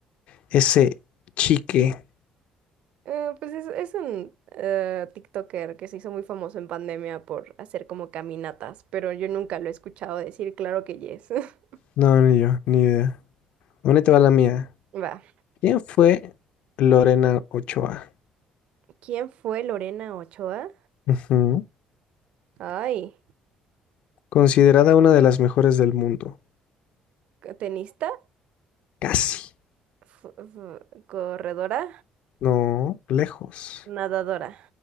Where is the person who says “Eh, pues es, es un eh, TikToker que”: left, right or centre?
Right